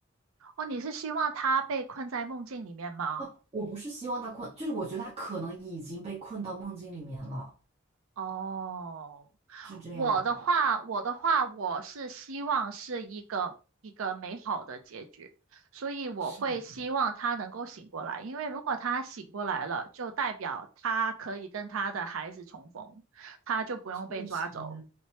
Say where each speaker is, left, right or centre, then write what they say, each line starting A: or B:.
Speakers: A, on the right (about 90°); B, on the right (about 30°).
A: 哦，你是希望他被困在梦境里面吗？
B: 哦，我不是希望他困，就是我觉得他可能已经被困到梦境里面了，
A: 哦，
B: 是这样。
A: 我的话，我的话，我是希望是一个一个美好的结局，所以我会希望他能够醒过来，
B: 是的，
A: 因为如果他醒过来了，就代表他可以跟他的孩子重逢，他就不用被抓走。
B: 确实，